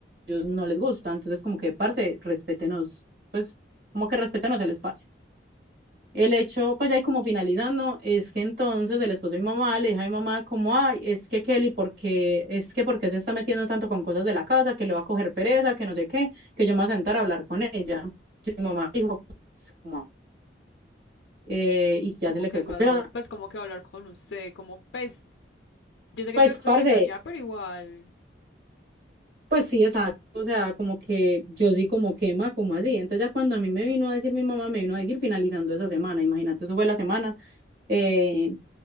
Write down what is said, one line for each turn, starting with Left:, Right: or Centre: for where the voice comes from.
Right: ellos no les gusta. Entonces, como que, parce, respétenos, pues, como que respétenos el espacio. El hecho, pues ya ahí como finalizando, es que entonces el esposo de mi mamá le dijo a mi mamá como, ay, es que Kelly, porque es que porque se está metiendo tanto con cosas de la casa, que le va a coger pereza, que no sé qué, que yo me voy a sentar a hablar con ella. Y mi mamá dijo, pues, como, eh, y ya
Left: Como
Right: se le
Left: que
Right: quedó
Left: vas
Right: con ella.
Left: a, pues como que hablar con usted, como, pues, yo sé que
Right: Pues,
Left: tú
Right: parce,
Left: no vives allá, pero igual.
Right: Pues sí, exacto, o sea, como que yo sí como quema, como así. Entonces ya cuando a mí me vino a decir mi mamá, me vino a decir finalizando esa semana, imagínate, eso fue la semana, eh,